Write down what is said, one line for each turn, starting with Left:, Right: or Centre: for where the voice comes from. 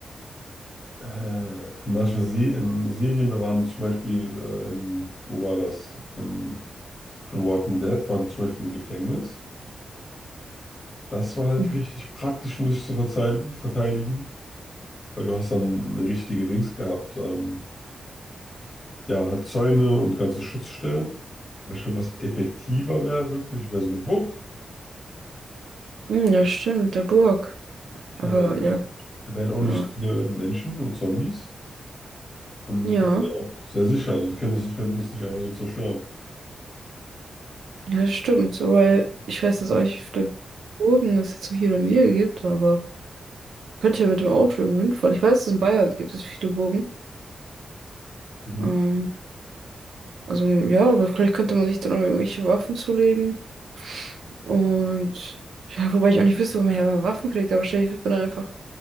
Left: Äh, in manchen Se in Serien, da waren die zum Beispiel äh, in, wo war das? Ähm, in Walking Dead waren die zum Beispiel im Gefängnis. Das war halt
Right: Mhm.
Left: richtig praktisch, um sich zu verzeil- verteidigen, weil du hast dann eine richtige Dings gehabt. Ähm, ja, halt Zäune und ganze Schutzstellen. Aber ich glaube, was effektiver wäre wirklich, wäre so eine Burg.
Right: Hm, Ja, stimmt, der Burg.
Left: Ja,
Right: Aber
Left: weil
Right: ja,
Left: da wären auch nicht
Right: ja,
Left: so viele Menschen und Zombies. Und
Right: ja,
Left: man wäre auch sehr sicher. Also die können das, die könnten das nicht einfach so zerstören.
Right: ja, stimmt. So, weil ich weiß jetzt auch nicht, wie viele Burgen es jetzt so hier in der Nähe gibt, aber könnte ja mit dem Auto irgendwo hinfahren. Ich weiß, dass in Bayern gibt es viele Burgen.
Left: Mhm.
Right: Ähm, also ja, aber vielleicht könnte man sich dann auch irgendwelche Waffen zulegen. Und ja, wobei ich auch nicht wüsste, wo man her mal Waffen kriegt, aber wahrscheinlich wird man dann einfach